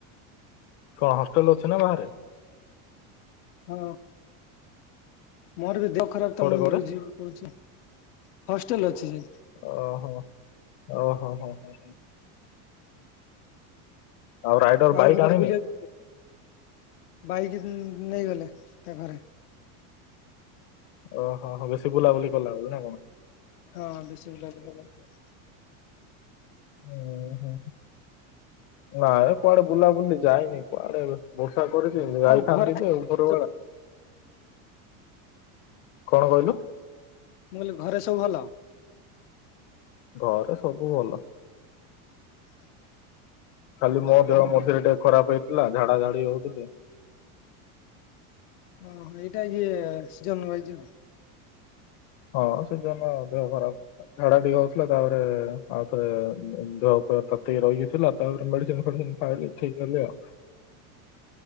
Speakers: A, on the left; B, on the left.
A: କଣ ହଷ୍ଟେଲରେ ଅଛୁ ନା ବାହାରେ?
B: ହଁ ହଁ, ମୋର ବି ଦେହ ଖରାପ
A: କୋଉଠେ
B: ତ ମୁଁ
A: କୋଉଠେ
B: ମରିଯିବି କହୁଛି। ହଷ୍ଟେଲ ଅଛି ସେ।
A: ଓହୋ ଓହୋ ହୋ ହ ଆଉ ରାଇଡର
B: ଆଉ
A: ବାଇକ୍
B: ଏବେ କୁଆଡ଼େ
A: ଆଣିନି
B: ବୁଲିବା କୁ, ବାଇକି ନେଇଗଲେ ତା ଘରେ।
A: ଓହୋ ହୋ ବେଶୀ ବୁଲାବୁଲି କଲା ବୋଲି ନା କଣ?
B: ହଁ ବେଶୀ ବୁଲା ବୁଲି। <unintelligible>
A: ହୁଁ ହଁ, ନାଇ କୁଆଡେ ବୁଲାବୁଲି ଯାଇନି, କୁଆଡେ ବର୍ଷା କରିଛି, ଯାଇଥାନ୍ତି
B: ଆଉ ଘରେ ମୁଁ
A: ଯେ ଉପର ବେଳା କଣ କହିଲୁ?
B: ମୁଁ କହିଲି ଘରେ ସବୁ ଭଲ?
A: ଘରେ ସବୁ ଭଲ।
B: ହ
A: ଖାଲି ମୋ ଦେହ ମଝିରେ ଟିକେ ଖରାପ ହେଇଥିଲା, ଝାଡା ଝାଡି ହଉଥିଲି।
B: ଓହୋ ଏଇଟା ଇଏ ସିଜନ୍ ୱାଇଜ୍ <unintelligible>
A: ହଁ ସିଜନ ଦେହ ଖରାପ। ଝାଡା ଟିକେ ହଉଥିଲା, ତାପରେ ଆଉ ଥରେ ଦେହ ପୁରା ତାତିକି ରହିକି ଥିଲା। ତାପରେ ମେଡିସିନ ଫେଡିସିନ ଖାଇଲି ଠିକ ହେଲେ ଆଉ।